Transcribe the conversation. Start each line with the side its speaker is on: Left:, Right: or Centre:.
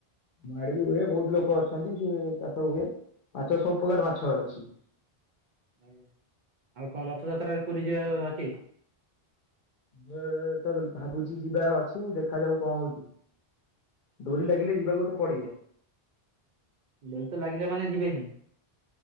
Left: ମୋ ଆଡେ ବି ହୁଏ ବହୁତ ଲୋକ ଅଛନ୍ତି ସିଏ ଚାଷ ହୁଏ। ମାଛ ସବୁପ୍ରକାର ମାଛ ଅଛି।
Right: ଆଉ କଣ ରଥଯାତ୍ରାରେ ପୁରୀ ଯିବାର ଅଛି?
Left: ଯେ ତେବଲ୍ ଭାବୁଚି ଯିବାର ଅଛି ଦେଖା ଯାଉ କଣ ହଉଚି। ଡୋରି ଲାଗିଲେ ଯିବାକୁ ତ ପଡିବ।
Right: ଡୋରି ତ ଲାଗିଲା ମାନେ ଯିବେ ହିଁ,